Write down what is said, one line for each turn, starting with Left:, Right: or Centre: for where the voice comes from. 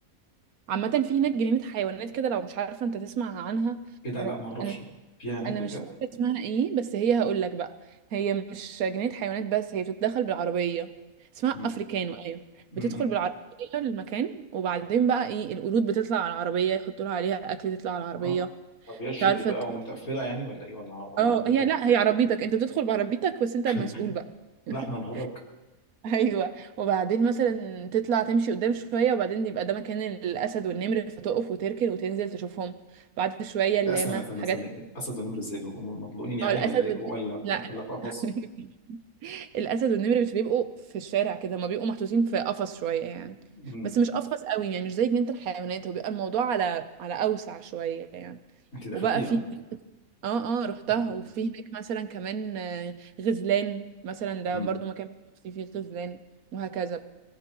Right: عامة في هناك جنينة حيوانات كده لو مش عارفة انت تسمع عنها
Left: ايه ده لا
Right: انا
Left: ما اعرفش
Right: انا
Left: فيها هناك
Right: انا
Left: بجد
Right: مش فاكرة اسمها ايه بس هي هقول لك بقى هي مش جنينة حيوانات بس هي بتتدخل بالعربية اسمها
Left: م-
Right: افريكانو ايوه
Left: م-
Right: بتدخل
Left: م.
Right: بالعربية المكان وبعدين بقى ايه القرود بتطلع على العربية يحطوا لها عليها اكل تطلع على العربية
Left: اه عربيات جيب
Right: مش عارفة
Left: بقى
Right: ت-
Left: ومتقفله يعني ولا ايه ولا ولا
Right: اه
Left: عربيات
Right: هي
Left: ايه
Right: لا هي عربيتك انت بتدخل بعربيتك بس انت
Left: <laughs>
Right: المسؤول بقى <laughs>
Left: لا احنا نهرج
Right: <laughs> ايوه وبعدين مثلا تطلع تمشي قدام شويه وبعدين يبقى ده مكان الاسد والنمر فتقف وتركن وتنزل تشوفهم بعد شويه اللاما
Left: لا استنى استنى
Right: حاجات
Left: استنى اسد ونمر ازاي بيبقوا مطلوقين يعني
Right: هو الاسد
Left: ولا ايه
Right: وال-
Left: ولا
Right: لا
Left: ولا في قفص
Right: <laughs> الاسد والنمر مش بيبقوا في الشارع كده هما بيبقوا محطوطين في قفص شويه يعني
Left: م.
Right: بس مش قفص قوي يعني مش زي جنينه الحيوانات هو بيبقى الموضوع على على اوسع شويه يعني
Left: انت دخلتيها
Right: وبقى في
Left: ها؟
Right: اه اه رحتها
Left: آه.
Right: وفي هناك مثلا كمان آه، غزلان مثلا ده
Left: م.
Right: برضو مكان فيه فيه غزلان وهكذا